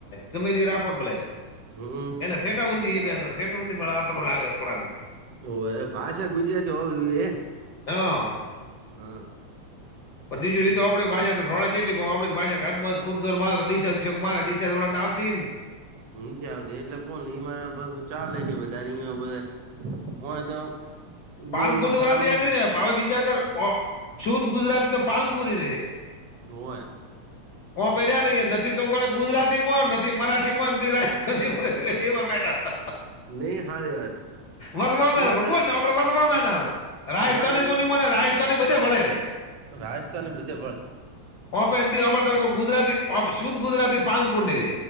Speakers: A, on the left; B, on the right.
A: ગમે તે રાખો ને ભલે
B: હમ
A: એને સેટા હ બ બે સેટું મે લાગે કોડાને
B: હ ભાષા ગુજરાતી હોવ નવી
A: હા.
B: હ
A: પણ બીજું એ તો આપણી ભાષા તો થોડા ચ એટલી આપડી ભા ખૂબ જોરડીશા મારે દિા ઉપરા આવતી
B: નથી આવતીું એટલે કોણ એ મારે ચા વધારે અધ હોય તો
A: પાલનપુર
B: બોલું ન
A: થી
B: ચાલું
A: ઓરાાર ને હવે વિચાર કર શુદધ ગુજરાતી તો પાલનપુરી ર
B: હય
A: ઓ પહેર્યા નહ નથી તો કો ગુજરાતી નથી મરાઠ મંદિર રાખતો ન એમાં બેઠા
B: નઈ હારી વાત
A: વસવાંગા
B: અમાર
A: ભગવને
B: તો
A: આપડે વસવાંગા ના હતા રાજસ્થાની
B: ના ના
A: તોને રાજસ્થાન ને બધે ભણાય રે
B: રાજસ્થાનની બધ બોળ
A: ઓપ દ હોપર તરખ ગુજરાતી ઓ શુદ્ ગુજરાતી પાલનપુરનીધ